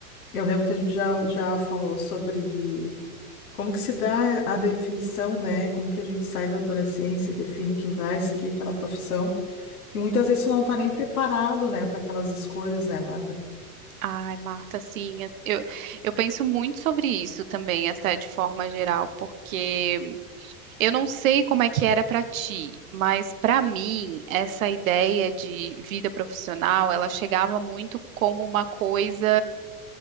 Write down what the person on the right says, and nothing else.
Ai, Marta, assim, as- eu, eu penso muito sobre isso também, até de forma geral, porque eu não sei como é que era pra ti, mas pra mim, essa ideia de vida profissional, ela chegava muito como uma coisa